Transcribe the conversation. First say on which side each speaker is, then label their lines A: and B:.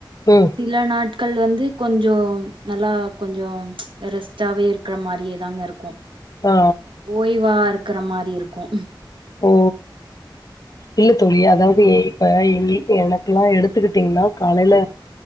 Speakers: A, on the left; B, on the right.
A: ம்
B: சில நாட்கள் வந்து கொஞ்ச நல்லா கொஞ்ச ரெஸ்ட்டாவே இருக்குற மாரியே தாங்க இருக் கு
A: ஆ
B: ஓய்வா இருக்கற மாரி இருக்கு
A: ஓ இல்ல தோழி அதாவது இப்ப என் எனக்குலா எடுத்துக்கிட்டிங்னா காலைல